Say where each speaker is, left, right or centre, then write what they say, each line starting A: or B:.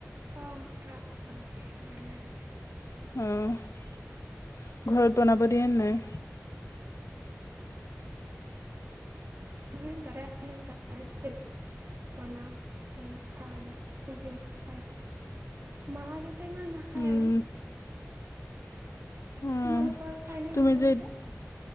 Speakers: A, on the right (about 50°); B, on the left (about 65°).
A: অ' খা- খা গাহৰি
B: অ' ঘৰত বনাব দিয়ে নাই।
A: সেই দাদাই আনে আৰু <unintelligible> বনাও বনাই খাওঁ আৰু ভন্তি হতেও খায়। মা দেউতা ইমান নাখায়
B: উম
A: আৰু।
B: উম
A: তোমালোকৰ খায়নে
B: তুমি
A: গোটেইকেইটা
B: যে